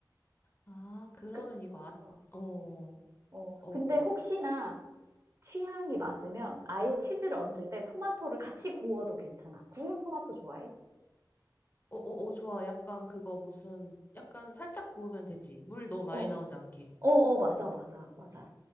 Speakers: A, on the left; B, on the right.
A: 아, 그러면
B: 그,
A: 이거 아,
B: 어,
A: 어,
B: 어.
A: 어,
B: 근데
A: 어.
B: 혹시나 취향이 맞으면 아예 치즈를 얹을 때 토마토를 같이 구워도 괜찮아. 구운 토마토 좋아해?
A: 어, 어, 어, 좋아. 약간 그거 무슨, 약간 살짝 구우면 되지. 물 너무 많이
B: 어, 어,
A: 나오지 않게.
B: 어, 맞아, 맞아, 맞아.